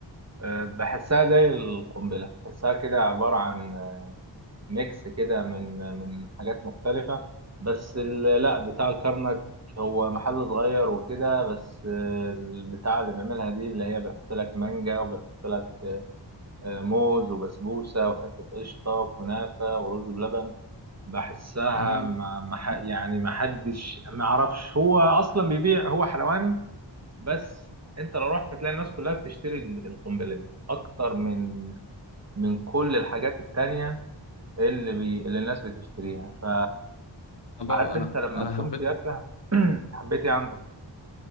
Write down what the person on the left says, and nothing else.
أمم.
أنا بقى
أنا
أنا
حبيت